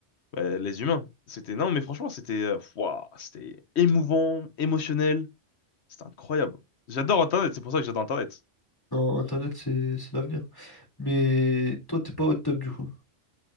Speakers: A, on the left (about 65°); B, on the left (about 20°).
A: bah, les humains. C'était non, mais franchement, c'était euh, ouah, c'était émouvant, émotionnel, c'était incroyable. J'adore Internet, c'est pour ça que j'adore Internet.
B: Non, Internet, c'est c'est l'avenir. Mais toi, t'es pas au top du coup.